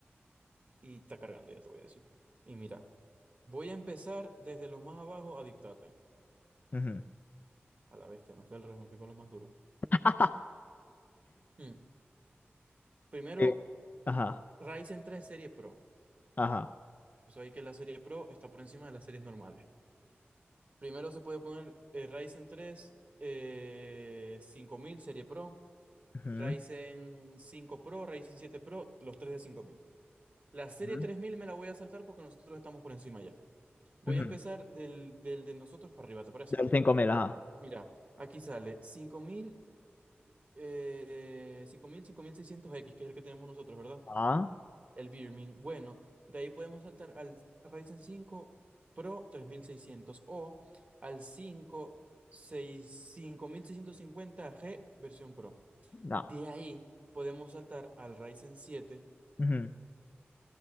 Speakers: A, on the right; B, on the left.
A: Y está cargando, ya te voy a decir. Y mira, voy a empezar desde los más abajo a dictarte.
B: Ujú.
A: A la bestia, no fui al revés, me fui con los más duros.
B: <laughs>
A: Mm. Primero,
B: Eh, Ajá,
A: Ryzen tres Serie Pro.
B: ajá.
A: O sea, hay que la Serie Pro está por encima de las series normales. Primero se puede poner eh, Ryzen tres eh, 5000 Serie Pro,
B: Ujú,
A: Ryzen cinco Pro, Ryzen siete Pro, los tres de cinco mil La serie
B: ujú,
A: 3000 me la voy a saltar porque nosotros estamos por encima ya. Voy
B: ujú.
A: a empezar del, del de nosotros para arriba, ¿te parece?
B: Del 5000, ajá.
A: Mira, aquí sale cinco mil eh, cinco mil cinco mil seiscientos x que es el que tenemos nosotros, ¿verdad?
B: Ah,
A: El Birmin. Bueno, de ahí podemos saltar al Ryzen cinco Pro tres mil seiscientos o al cinco cinco seis cinco mil seiscientos cincuenta g versión Pro.
B: no.
A: De ahí podemos saltar al Ryzen siete
B: Ujú.